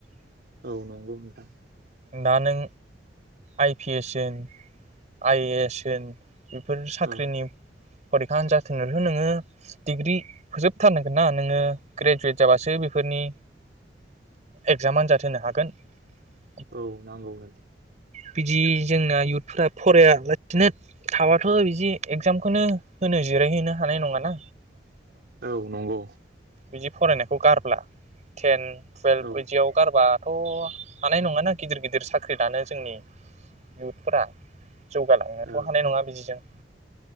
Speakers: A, on the right (about 65°); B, on the right (about 45°).
A: औ नंगौ नोंथां ।
B: दा नों आइ पि एस होन आइ ए एस होन बिफोर साख्रिनि
A: ओं
B: फरिखा आनजाद होनोथो नोङो डिग्रि फोजोबथारनांगोन ना नोङो ग्रेजुवेट जाबासो बेफोरनि एगजाम आन्जाद होनो हागोन ।
A: औ नांगौ नोथां ।
B: बिदि जोंना इयुथफोरा फरायालासिनो थाबाथ' बिदि एक्जामखौनो होनो जिरायहैनो हानाय नङा ना
A: औ नंगौ
B: बिदि फरायनायखौ गारब्ला टेन टुवेल्भ
A: औ ओं
B: बिदिआव गारबा थ' हा नाय नङा ना गिदिर गिदिर साख्रि लानो जोंनि इउथफोरा । जौगालांनोथ'
A: औ
B: हानाय नङा बिदिजों ।